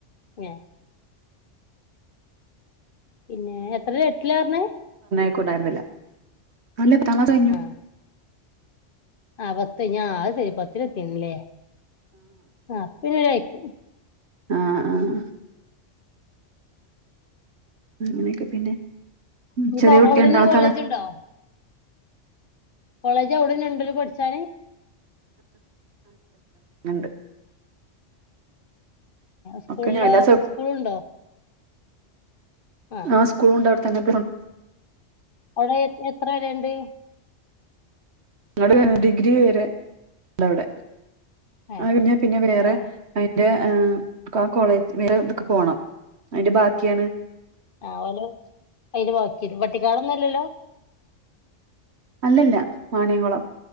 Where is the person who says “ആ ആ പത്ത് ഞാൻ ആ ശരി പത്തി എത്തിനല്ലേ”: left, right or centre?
Left